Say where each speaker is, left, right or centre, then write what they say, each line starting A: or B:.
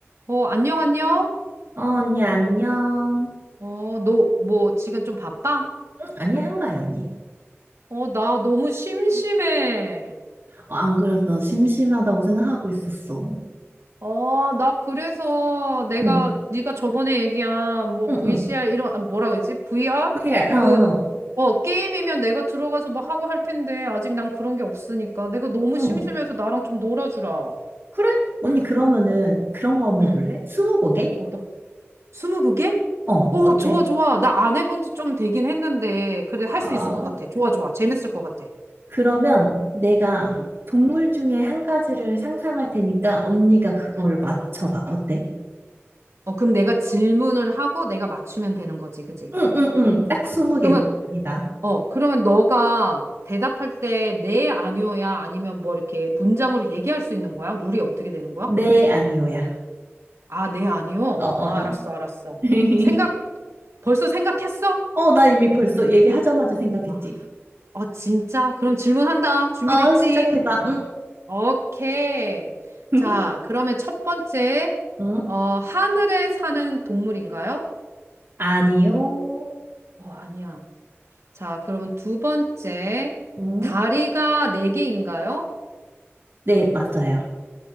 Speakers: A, on the right (about 80°); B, on the right (about 55°).
A: 어, 안녕, 안녕?
B: 어, 언니, 안녕.
A: 어, 너, 뭐, 지금 좀 바빠?
B: 응? 아니, 한가해, 언니.
A: 어, 나 너무 심심해.
B: 어, 안 그래도 나 심심하다고 생각하고 있었어.
A: 어, 나 그래서 내가,
B: 응,
A: 네가 저번에 얘기한, 뭐,
B: 응,
A: VCR,
B: 응.
A: 이런, 아, 뭐라 그랬지? VR?
B: 그래, 어,
A: 그,
B: 어.
A: 어, 게임이면 내가 들어가서 뭐 하고 할 텐데, 아직 난 그런 게 없으니까. 내가 너무
B: 응.
A: 심심해서 나랑 좀 놀아주라.
B: 그래? 언니, 그러면은 그런 거 한번
A: 응,
B: 해볼래? 스무고개?
A: 어떤, 스무고개?
B: 어,
A: 어,
B: 어때?
A: 좋아, 좋아. 나 안 해본 지 좀 되긴 했는데, 그래, 할
B: 아,
A: 수 있을 것 같아. 좋아, 좋아. 재밌을 것 같아.
B: 그러면 내가
A: 응.
B: 동물 중에 한 가지를 상상할 테니까 언니가 그걸
A: 응.
B: 맞춰봐. 어때?
A: 어, 그럼 내가 질문을 하고 내가 맞추면 되는 거지, 그지?
B: 응, 응, 응. 딱 스무 개뿐이다.
A: 그러면, 어, 그러면 너가 대답할 때 네, 아니요야 아니면 뭐 이렇게 문장으로 얘기할 수 있는 거야? 룰이 어떻게 되는 거야?
B: 네, 아니오야.
A: 아, 네, 아니요?
B: 어, 어,
A: 아, 알았어,
B: 어.
A: 알았어.
B: <laughs>
A: 생각, 벌써 생각했어?
B: 어, 나 이미 벌써 얘기하자마자 생각했지.
A: 아, 어, 진짜? 그럼 질문한다. 준비됐지?
B: 어, 시작해봐. 응?
A: 오케이.
B: <laughs>
A: 자, 그러면 첫 번째,
B: 응?
A: 어, 하늘에 사는 동물인가요?
B: 아니요.
A: 어, 아니야. 자, 그러면 두 번째,
B: 응?
A: 다리가 네 개인가요?
B: 네, 맞아요.